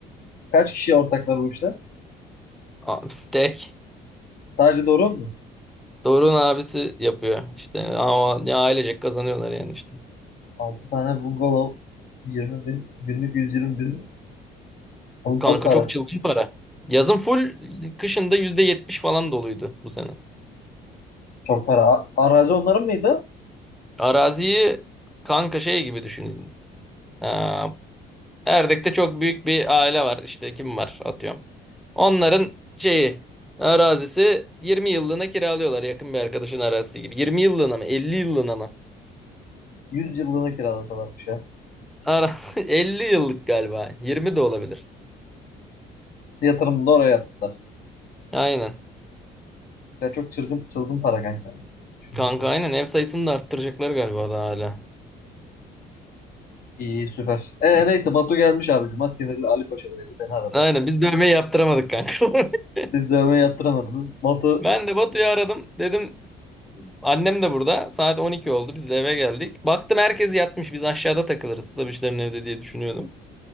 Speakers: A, on the left (about 60°); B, in the centre.
A: Kaç kişi ortaklar bu işte?
B: A- Tek.
A: Sadece Doron mu?
B: Doruk'un abisi yapıyor. İşte ama ya ailecek kazanıyorlar yani işte.
A: 6 tane bungalov Yirmi bin günlük yüz yirmi bin. Oğlum
B: Kanka
A: çok para.
B: çok çılgın para. Yazın full, kışında %70 falan doluydu bu sene.
A: Çok para. A- Arazi onların mıydı?
B: Araziyi kanka şey gibi düşünün. Aa, Erdek'te çok büyük bir aile var işte kim var atıyorum. Onların şeyi arazisi 20 yıllığına kiralıyorlar yakın bir arkadaşın arazisi gibi. 20 yıllığına mı Elli yıllığına mı?
A: 100 yıllığına kiralasalarmış ya.
B: Ara <laughs> 50 yıllık galiba. 20 de olabilir.
A: Yatırımını da oraya yaptılar.
B: Aynen.
A: Sen çok çılgın çılgın para kanka. Düşündüm
B: Kanka
A: de.
B: aynen ev sayısını da arttıracaklar galiba daha hala.
A: İyi süper. Ee, neyse Batu gelmiş abi. Cuma sinirli Ali Paşa'daydı. Seni aradı.
B: Aynen biz dövmeyi yaptıramadık kanka. <laughs>
A: Siz dövmeyi yaptıramadınız. Batu
B: Ben de Batu'yu aradım. Dedim annem de burada. Saat 12 oldu. Biz de eve geldik. Baktım herkes yatmış. Biz aşağıda takılırız. Sabişlerin evde diye düşünüyordum.